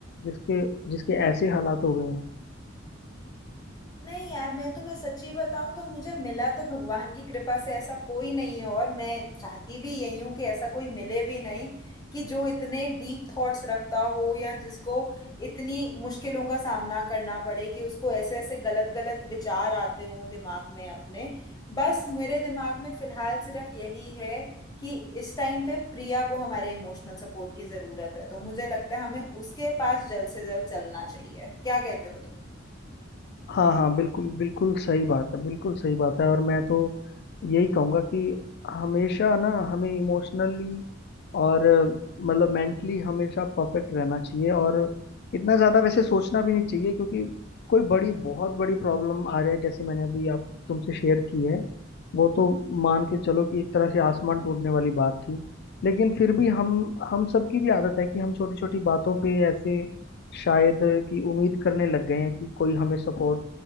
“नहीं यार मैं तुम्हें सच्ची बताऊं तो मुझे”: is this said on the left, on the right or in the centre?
Left